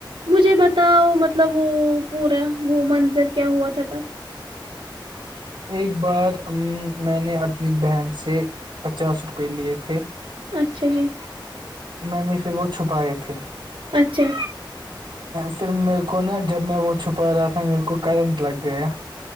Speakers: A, on the right (about 80°); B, on the right (about 60°).
A: مجھے بتاؤ مطلب وہ پورا وہ منظر کیا ہوا تھا تب
B: ایک بار میں نے اپنی بہن سے پچاس روپئے لیے تھے تھ
A: اچھا جی
B: میں نے پھر وہ چھپائے تھے تھے
A: اچھا
B: پھر میرے کو نا جب میں وہ چھپا رہا تھا میرے کو کرنٹ لگ گیا